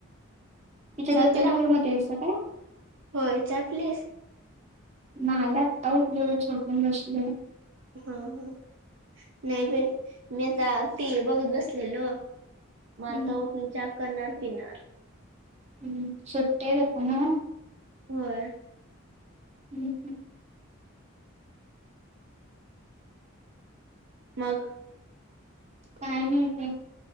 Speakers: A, on the right; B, on the right.
A: इथ
B: चहा
A: दत्तनगरमध्ये
B: पिला
A: हाईसा काय?
B: होय, चहा पिलीस?
A: नाही, आत्ता उठलोय बग झोपून बसलोय.
B: हा ह, नाही बाई, मी आता टीव्ही बघत बसलेलो. म
A: हम्म,
B: आत्ता उठून चहा करणार पिणार.
A: हम्म <unintelligible> <inaudible>
B: व्हय.
A: हं <unintelligible> <inaudible>
B: मग
A: काय नाही बाई.